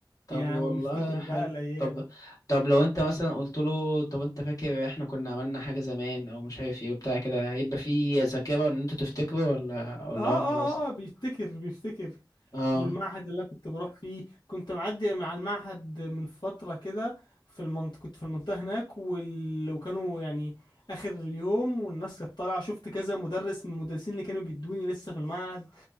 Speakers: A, on the left; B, on the left.
A: طب
B: يعني
A: والله
B: وبنفتكر
A: حلو
B: بقى الأيام
A: طب طب لو انت مثلا قلت له طب انت فاكر احنا كنا عملنا حاجة زمان او مش عارف ايه وبتاع كده هيبقى في ذاكرة ان انتوا تفتكروا ولا ولا
B: اه
A: هو
B: اه
A: خلاص
B: اه بيفتكر بيفتكر
A: اه
B: والمعهد اللي انا كنت بروح فيه كنت معدي مع المعهد من فترة كده في المنطقة كنت في المنطقة هناك وال... وكانوا يعني اخر اليوم والناس كانت طالعة شفت كذا مدرس من المدرسين اللي كانوا بيدوني لسه في المعهد